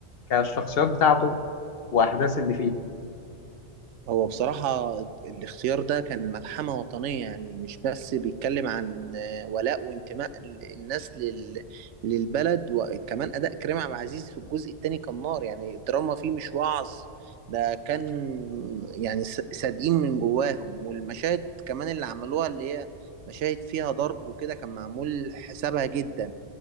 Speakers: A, on the left; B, on the right.
A: كالشخصيات بتاعته واحداث اللي فيه؟
B: هو بصراحة الاختيار ده كان ملحمة وطنية يعني مش بس بيتكلم عن آه، ولاء وانتماء ال- الناس لل... للبلد وكمان أداء كريم عبد العزيز في الجزء التاني كان نار يعني الدراما فيه مش وعظ ده كان يعني ص- صادقين من جواهم والمشاهد كمان اللي عملوها اللي هي مشاهد فيها ضرب وكده كان معمول حسابها جدا